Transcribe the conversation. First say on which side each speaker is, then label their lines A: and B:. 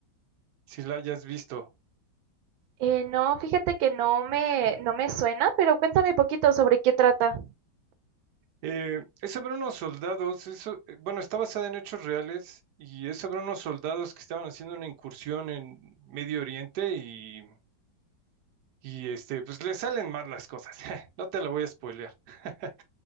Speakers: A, on the right; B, on the right.
A: si la hayas visto.
B: Eh, no, fíjate que no me, no me suena, pero cuéntame poquito sobre qué trata.
A: Eh, es sobre unos soldados, eso, eh, bueno, está basada en hechos reales y es sobre unos soldados que estaban haciendo una incursión en Medio Oriente y Y este, pues le salen mal las cosas. <laughs> No te la voy a spoilear. <laughs>